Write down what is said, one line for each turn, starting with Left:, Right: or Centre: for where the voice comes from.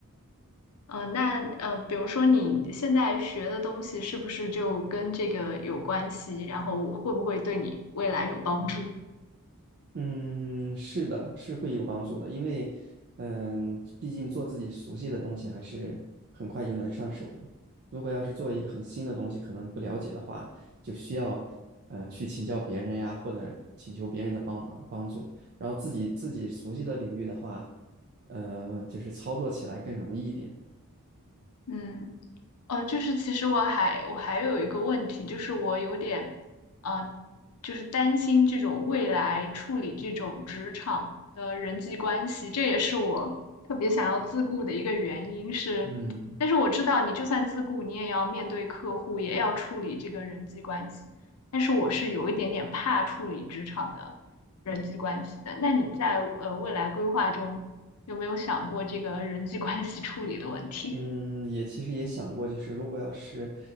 Left: 嗯，那呃，比如说你现在学的东西是不是就跟这个有关系？然后会不会对你未来有帮助？
Right: 嗯，是的，是会有帮助的，因为嗯，毕竟做自己熟悉的东西还是很快就能上手的嘛。如果要是做一个很新的东西，可能不了解的话，就需要呃去请教别人呀，或者请求别人的帮忙帮助。然后自己自己熟悉的领域的话，呃，就是操作起来更容易一点。
Left: 嗯。呃，就是其实我还我还有一个问题，就是我有点，呃，就是担心这种未来处理这种职场的人际关系，这也是我特别想要自顾的一个原因是，
Right: 嗯。
Left: 但是我知道你就算自顾，你也要面对客户，也要处理这个人际关系，但是我是有一点点怕处理职场的人际关系的。那你在呃未来规划中有没有想过这个人际关系处理的问题？
Right: 嗯，也其实也想过，就是如果要是